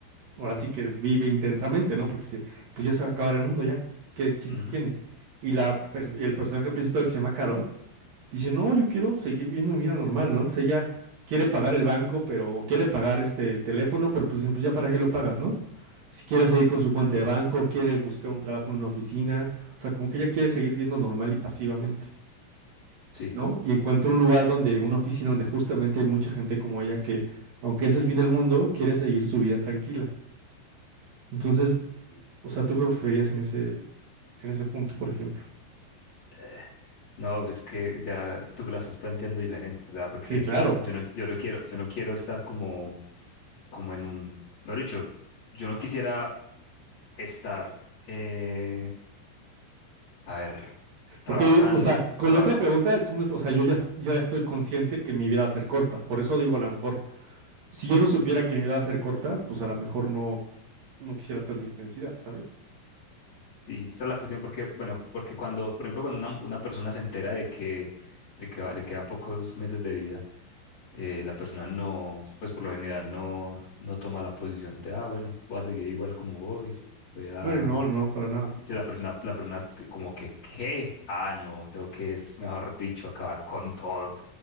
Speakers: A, on the right (about 55°); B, on the left (about 40°).
A: ahora sí que vive intensamente, ¿no? Porque dice, pues ya se va a acabar el mundo ya, ¿qué chiste
B: ujú,
A: tiene? Y, la, per- y el personaje principal que se llama Carol, Dice, no, yo quiero seguir viendo mi vida normal, ¿no? Entonces ella quiere pagar el banco, pero o quiere pagar este, el teléfono, pero pues, dicen, pues ya para qué lo pagas, ¿no? Si quiere seguir con su cuenta de banco, quiere buscar un trabajo en una oficina, o sea, como que ella quiere seguir viendo normal y pasivamente,
B: sí.
A: ¿no? Y encuentra un lugar donde, una oficina donde justamente hay mucha gente como ella que, aunque es el fin del mundo, quiere seguir su vida tranquila. Entonces, o sea, ¿tú qué preferirías en ese, en ese punto, por ejemplo?
B: Eh, No, pero es que ya tú me la estás planteando diferente, ¿verdad? Porque
A: Sí, claro.
B: yo no, yo no quiero, yo no quiero estar como, como en un, mejor dicho, yo no quisiera estar, eh, a ver, trabajando,
A: Porque, o sea, con
B: traba-
A: la otra pregunta, tú me- o sea, yo ya, ya estoy consciente que mi vida va a ser corta. Por eso digo, a lo mejor, si yo no supiera que mi vida va a ser corta, pues a lo mejor no, no quisiera tanta intensidad, ¿sabes?
B: y esa es la cuestión porque, bueno, porque cuando, por ejemplo, cuando una, una persona se entera de que, de que va- le quedan pocos meses de vida, eh, la persona no, pues por lo general no, no toma la posición de, ah, bueno, voy a seguir igual como voy, voy a
A: Ay, no, no, para nada.
B: Si la persona, la persona te- como que, ¿qué? Ah, no, tengo que, es mejor dicho, acabar con todo.